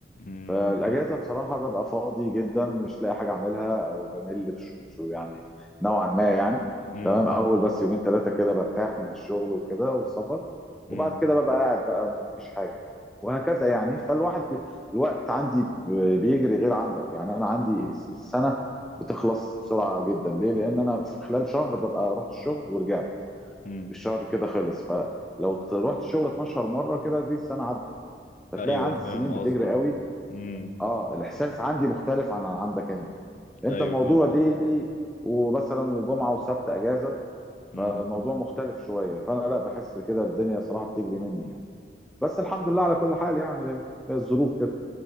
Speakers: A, on the left; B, in the centre.
A: مم،
B: فالاجازه بصراحه ببقى فاضي جدا مش لاقي حاجه اعملها او بمل بش- بش- يعني نوعا ما يعني
A: مم،
B: تمام اول بس يومين ثلاثه كده برتاح من الشغل وكده والسفر
A: مم،
B: وبعد كده ببقى قاعد بقى مفيش حاجه وهكذا يعني فالواحد بي... الوقت عندي بي- بيجري غير عندك يعني انا عندي
A: مم،
B: الس- السنه بتخلص بسرعه جدا ليه لان انا في خلال شهر ببقى رحت الشغل ورجعت
A: مم.
B: الشهر كده خلص فلو ت- رحت الشغل 12 مره كده دي السنه عدت فتلاقي
A: ايوه
B: عندي
A: فاهم
B: السنين
A: قصدك
B: بتجري قوي
A: مم،
B: اه الاحساس عندي مختلف عن عندك انت انت
A: ايوه
B: الموضوع
A: فاهم
B: ديلي
A: قصدك
B: ومثلا وجمعه وسبت اجازه فالموضوع
A: مم.
B: مختلف شويه فانا لا بحس كده الدنيا صراحه بتجري مني يعني بس الحمد لله على كل حال يعني هي الظروف كده